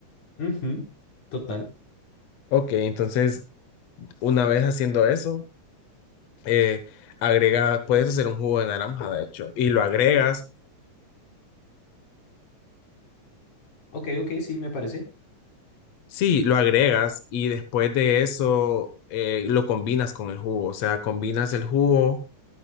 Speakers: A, on the left (about 80°); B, on the left (about 65°).
A: Ujú, Total.
B: Ok, entonces una vez haciendo eso, eh, agrega, puedes hacer un jugo de naranja, de hecho, y lo agregas,
A: Ok, ok, sí, me parece.
B: sí, lo agregas y después de eso eh, lo combinas con el jugo, o sea, combinas el jugo